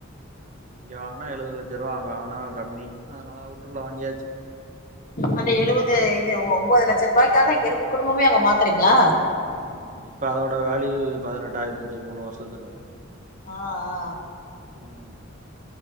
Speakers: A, on the right; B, on the left.
A: இங்க வாங்குனா எழுபதுலட்ச ரூபா அங்க வாங்கினா கம்மி அதனால அவுட்டர்ல வாங்கியாச்சு
B: அந்த எழுபது இது ஒன்பது லட்சம் ரூபாய்க்காக அங்க இருந்த குடும்பமே அங்க மாத்துறீங்களா
A: ம் இப்ப அதோட வேல்யூ பதினெட்டாயிப்பச்சு மூணு வருஷத்துல
B: ஆஆ
A: ம்